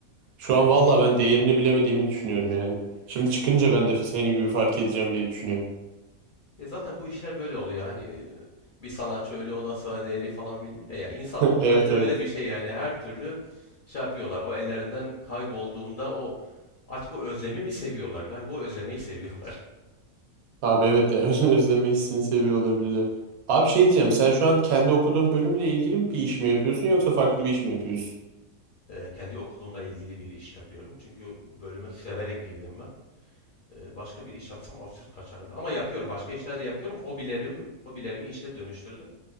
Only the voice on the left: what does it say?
E, çünkü
E zaten bu işler böyle oluyor. Hani e, bir sanatçı ölüyor ondan sonra değeri falan biliniyor E, ya. İnsanoğlu
bence
öyle bir şey yani. Her türlü şey yapıyorlar. O ellerinden kaybolduğunda o artık o özlemi mi seviyorlar? Galiba o özlemeyi seviyorlar. <laughs>
E, kendi okulumla ilgili bir iş yapıyorum. Çünkü bölüme severek girdim ben. E, başka bir iş yapsam absürt kaçardı. Ama yapıyorum. Başka işler de yapıyorum. Hobilerim, hobilerimi işe dönüştürdüm.